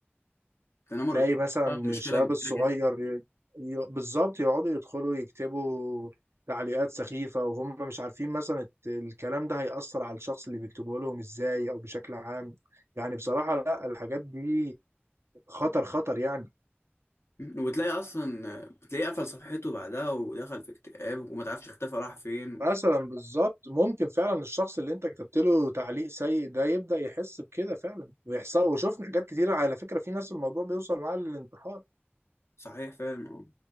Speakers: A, on the left; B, on the right.
A: التنمر
B: تلاقي
A: الاجتماعي
B: مثلا
A: ده مشكله
B: الشباب
A: كبيره
B: الصغير
A: جدا
B: ي- ي- بالظبط يقعدوا يدخلوا يكتبوا تعليقات سخيفه وهم مش عارفين مثلا الت- الكلام ده هيأثر على الشخص اللي بيكتبه لهم ازاي او بشكل عام يعني بصراحه لا الحاجات دي خطر خطر يعني
A: م. وبتلاقي اصلا بتلاقيه قفل صفحته بعدها ودخل في اكتئاب وما تعرفش اختفى راح فين
B: مثلا بالظبط ممكن فعلا الشخص اللي انت كتبت له تعليق سيء ده يبدأ يحس بكده فعلا ويحصل وشفنا حاجات كتيرة على فكرة في ناس الموضوع بيوصل معاها للانتحار
A: صحيح فعلا اه